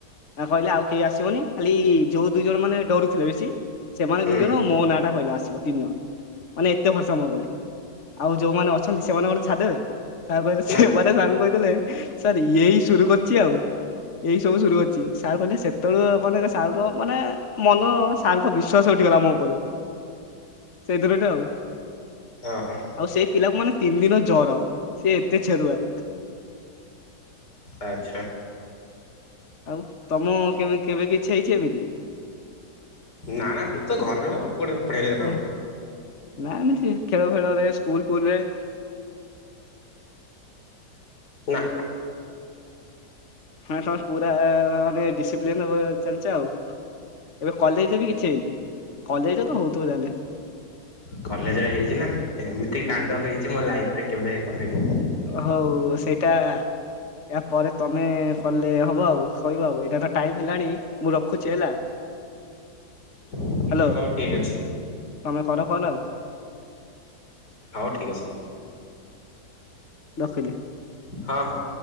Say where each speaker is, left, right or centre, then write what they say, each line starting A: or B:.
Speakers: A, on the left (about 45°); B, on the left (about 75°).
A: କହିଲେ ଆଉ କେହି ଆସିବନି ଖାଲି ଯୋଉ ଦୁଇ ଜଣ ମାନେ ଡରୁଥିଲେ ବେଶୀ। ସେମାନେ
B: ହୁଁ
A: ଦୁଇ ଜଣ ମୋ ନାଁଟା କହିଲେ ଆସିବ ତିନି ଜଣ ମାନେ ଏତେ ଭରସା ମୋ ଉପରେ। ଆଉ ଯୋଉମାନେ ଅଛନ୍ତି ସେମାନେ କଣ ଛାଡିଦେବେ। ସାର୍ କହିଲେ ସେମାନେ
B: ନା
A: ସାରଙ୍କୁ କହିଦେଲେ ସାର୍ ଏଇ ସୁରୁ କରିଛି ଆଉ। ଏଇ ସବୁ ସୁରୁ ଅଛି ସାର୍ କହିଲେ ସେତେବେଳୁ ମାନେ ସାରଙ୍କ ମାନେ ମନ ସାରଙ୍କ ବିଶ୍ଵାସ ହଟିଗଲା ମୋ ଉପରୁ ସେଇ ଦିନଠୁ ଆଉ
B: ଅ ହଁ।
A: ଆଉ ସେଇ ପିଲାକୁ ମାନେ ତିନିଦିନ ଜର ସେ ଏତେ ଛେରୁଆ।
B: ଆଚ୍ଛା।
A: ଆଉ ତମ କେ କେବେ କିଛି ହେଇଛି ଏମିତି?
B: ନା ନା ମୁଁ ତ ଘରେ ରହେ ଆଉ <unintelligible> କଣ।
A: ହୁଁ ନା ଏମିତି ଖେଳ ଫେଳରେ ସ୍କୁଲ ଫୁଲ୍ ରେ।
B: ନା।
A: ହଁ ତମେ ପୁରା ମାନେ ଡିସିପ୍ଲିନି ରେ ଚାଲିଚ ଆଉ। ଏବେ କଲେଜରେ ବି କିଛି ହେଇନି କଲେଜରେ ତ ହଉଥିବ ତାହେଲେ।
B: କଲେଜ୍ ରେ ହେଇଚି ନା ଏମିତି କାଣ୍ଡ ହେଇଚି ମୋ ଲାଇଫ୍ ରେ କେବେ କରିନି।
A: ହଉ ସେଇଟା ଇୟା ପରେ ତମେ କଲେ ହବ ଆଉ କହିବ ଆଉ ଏଇଟା ତ ଟାଇମ୍ ହେଲାଣି ମୁଁ ରଖୁଚି ହେଲା।
B: ଆଚ୍ଛା
A: ହ୍ୟାଲୋ
B: ହଉ ଠିକ୍ ଅଛି।
A: ତମେ କର କଲ୍ ଆଉ।
B: ହଉ ଠିକ୍ ଅଛି।
A: ରଖିଲି।
B: ହଁ ହଁ।